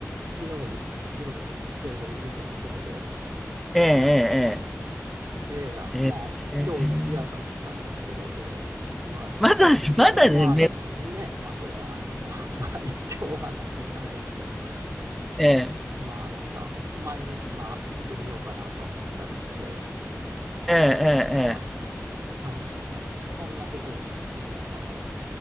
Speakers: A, on the right (about 85°); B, in the centre.
A: 昨日、昨日ちょうど植えたところで、
B: ええ
A: ええ、あまあ、
B: ええええええ
A: 今日一夜経ったんですけど、ええ、まあ、
B: まだ、
A: なんいや、
B: まだね、
A: まあ、
B: め
A: ねえ、まあ、それは、あの、<laughs> まあ、今日はなんともないですけど、
B: ええ
A: まあ、なんか、毎日、まあ、見てみようかなと思ったりして、
B: えええ
A: ええ、まあ、楽しみなんです、そんなことを昨日、あの、